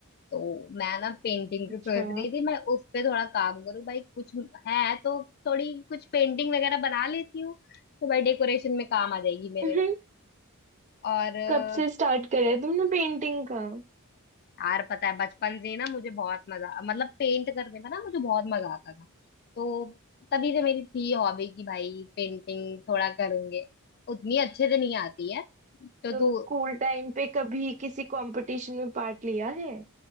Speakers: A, on the left; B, on the right.
A: तो मैं ना पेंटिंग
B: अच्छा
A: की सोच रही थी मैं उस पे थोड़ा काम करूँ भाई कुछ है तो थोड़ी कुछ पेंटिंग वगैरह बना लेती हूँ तो भाई डेकोरेशन में काम आ जाएगी मेरे
B: <laughs>
A: और
B: कब से स्टार्ट करा है तुमने पेंटिंग का
A: यार पता है बचपन से ही ना मुझे बहुत मजा मतलब पेंट करने में ना मुझे बहुत मजा आता था तो तभी से मेरी थी हॉबी कि भाई पेंटिंग थोड़ा करूंगे उतनी अच्छे से नहीं आती है तो
B: तो
A: तू
B: स्कूल टाइम पे कभी किसी कंपटीशन में पार्ट लिया है